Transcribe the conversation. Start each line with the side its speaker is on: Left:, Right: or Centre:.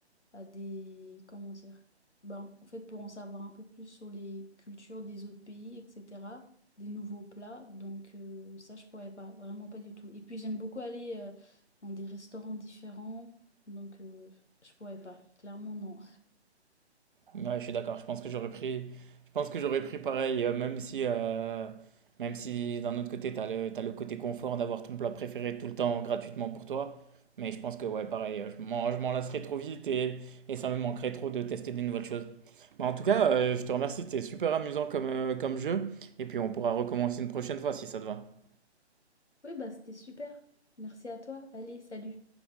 Left: à des... Comment dire? Ben, en fait, pour en savoir un peu plus sur les cultures des autres pays, etc., des nouveaux plats. Donc euh, ça, je pourrais pas, vraiment pas du tout. Et puis, j'aime beaucoup aller euh, dans des restaurants différents. Donc, euh, je pourrais pas. Clairement, non.
Right: Ouais, je suis d'accord. Je pense que j'aurais pris, je pense que j'aurais pris pareil, euh, même si, euh, même si d'un autre côté, tu as le, t'as le côté confort d'avoir ton plat préféré tout le temps gratuitement pour toi. Mais je pense que, ouais, pareil, euh, je m'en, je m'en lasserais trop vite et, et ça me manquerait trop de tester des nouvelles choses. Mais en tout cas, euh, je te remercie. C'était super amusant comme, euh, comme jeu. Et puis, on pourra recommencer une prochaine fois si ça te va.
Left: Oui, bah, c'était super. Merci à toi. Allez, salut.